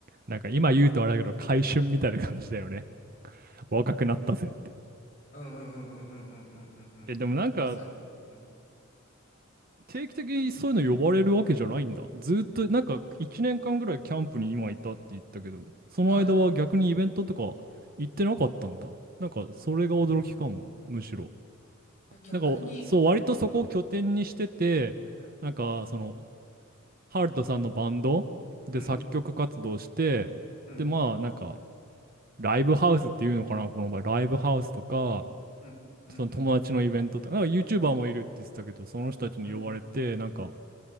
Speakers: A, on the right (about 45°); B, on the left (about 35°).
A: なんか今言うとあれだけど、回春みたいな感じだよね。若くなったぜって。
B: うんうんうんうんうんうんうんうんうんまさに。
A: え、でもなんか、
B: うん、
A: 定期的にそういうの呼ばれるわけじゃないんだ。ずーっと、なんか1年間ぐらいキャンプに今いたって言ったけど、その間は逆にイベントとか
B: はい。い
A: 行ってなかったんだ。なんかそれが驚きかも、むしろ。
B: や逆に
A: なんかそう、割とそこを拠点にしてて、
B: うん
A: なんかその、ハルトさんのバンドで作曲活動して、
B: うんうん
A: で、まあなんか、ライブハウスっていうのかな、この場合、ライブハウスとか、
B: うんうんうんうん
A: その友達のイベントとか、なんか YouTuber もいるって言ってたけど、その人たちに呼ばれて、
B: うん
A: なんか、